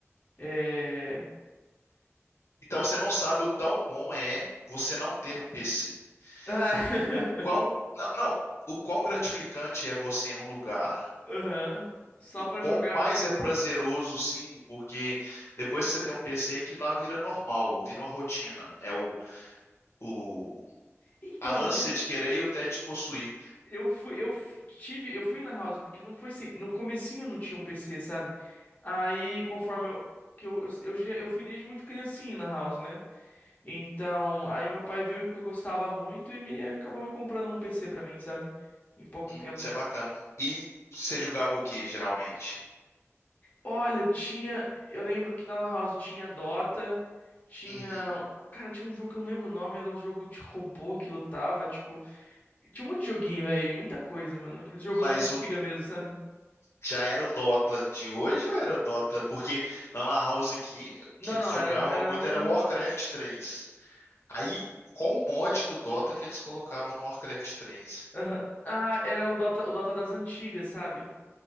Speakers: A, on the left; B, on the left.
A: É...
B: Então você não sabe o tão bom é você não ter um PC.
A: Ah.
B: O,
A: <laughs>
B: o quão, não, não, o quão gratificante é você em um lugar,
A: Aham. Só
B: o
A: pra
B: quão
A: jogar
B: mais
A: o joguinho.
B: é prazeroso, sim, porque depois que você tem um PC que lá vira normal, vira uma rotina. É o, o
A: Então,
B: a ânsia
A: mas eu,
B: de querer e o tédio de possuir.
A: eu fui, eu f- tive, eu fui na house porque não foi sem, no comecinho não tinha um PC, sabe? Aí, conforme eu que eu, eu, eu, já- eu fui desde muito criancinha na house, né? Então, aí meu pai viu que eu gostava muito e me acabou me comprando um PC pra mim, sabe? Em pouco
B: Hum,
A: tempo.
B: isso é bacana. E você jogava o que geralmente?
A: Olha, tinha, eu lembro que na Lan House tinha Dota, tinha,
B: Uhum.
A: cara, tinha um jogo que eu não lembro o nome, era um jogo de robô que lutava, tipo, tinha um monte de joguinho, velho, muita coisa, mano, aquele jogo
B: Mas
A: da antiga mesmo, sabe?
B: Já era o Dota de hoje ou era o Dota? Porque na Lan House aqui, o
A: Não,
B: que eles
A: não,
B: jogavam
A: era era
B: muito
A: o
B: era Warcraft 3. Aí, qual o mod do Dota que eles colocavam no Warcraft 3?
A: Aham. Ah, era o Dota, o Dota das antigas, sabe?